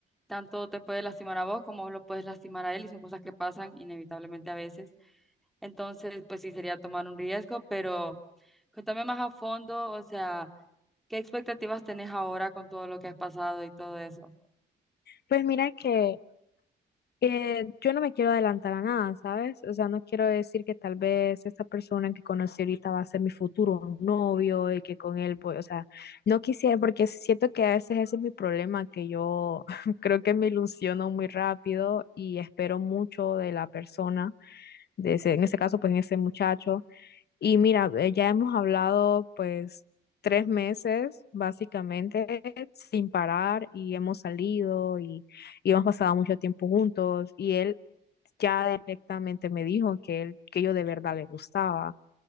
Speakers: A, in the centre; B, on the left.
A: tanto te puede lastimar a vos como vos lo puedes lastimar a él y son cosas que pasan inevitablemente a veces. Entonces, pues sí, sería tomar un riesgo, pero cuéntame más a fondo, o sea, ¿qué expectativas tenés ahora con todo lo que has pasado y todo eso?
B: Pues mira que Eh, yo no me quiero adelantar a nada, ¿sabes? O sea, no quiero decir que tal vez esta persona que conocí ahorita va a ser mi futuro novio y que con él voy, o sea, no quisiera porque siento que a veces ese es mi problema, que yo <laughs> creo que me ilusiono muy rápido y espero mucho de la persona, de ese, en este caso, pues en ese muchacho. Y mira, eh, ya hemos hablado pues tres meses básicamente sin parar y hemos salido y y hemos pasado mucho tiempo juntos y él ya directamente me dijo que él, que yo de verdad le gustaba